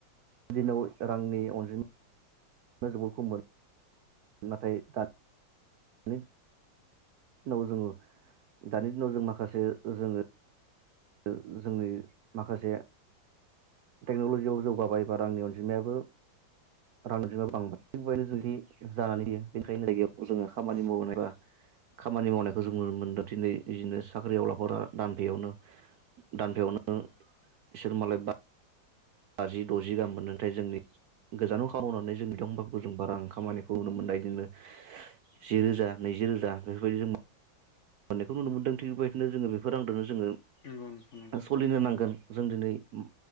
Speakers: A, on the right (about 70°); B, on the left (about 45°).
A: दिनाव रांनि अनजिमा <unintelligible> नाथाय दा नि नौ जोङो दानि दिनाव जों माखासे जोङो ओ जोंनि माखासे टेक्न'लजियाव जौगाबाय बा रांनि अनजिमायाबो रांनि अनजिमायाबो बांबाय थिगबायदिनो जुदि जानानै होयो। बेनिखायनो जायगायाव जोङो खामानि मावनाय बा खामानि मावनायखौ जों नुनो मोनदों दिनै इदिनो साख्रि आवलाफोरा दानफेयावनो दानफायावनो इसोर मालाय बा बाजि द'जि गाहाम मोनदों नाथाय जोंनि गोजानाव खाम मावनानै जों बिदिआवबा जों बारा खामानिखौ नुनो मोननाय जोंनो जिरोजा नैजि रोजा बेफोरबायदि जों मो मोननायखौ नुनो मोनदों थि बेदिनो जोङो बेफोर रांदोनो जोङो
B: नंगौ नोंथां नंगौ
A: सलिनो नांगोन। जों दिनै उम